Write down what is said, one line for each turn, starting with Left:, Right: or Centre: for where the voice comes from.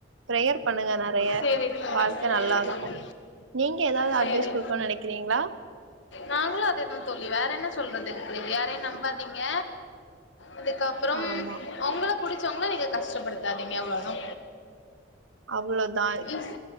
Right: பிரேயர் பண்ணுங்க நறைய
Left: சேரி தோழி
Right: வாழ்க்கை
Left: சேரி
Right: நல்லா இருக்கு
Left: தோழி
Right: எனக்கு எதாவது
Left: சேரி
Right: அட்வைஸ் குடுக்கனும்னு நினைக்கிறீங்களா
Left: நாங்களு அதே தான் தோழி வேற என்ன சொல்றது இருக்கு யாரையு நம்ப பாதீங்க அதுக்கப்புறம்
Right: ஆமா
Left: உங்கள புடிச்சவங்கள நீங்க கஷ்டப்படுத்தாதீங்க அவ்ளோதா
Right: அவ்ளோதா
Left: ஈஸ்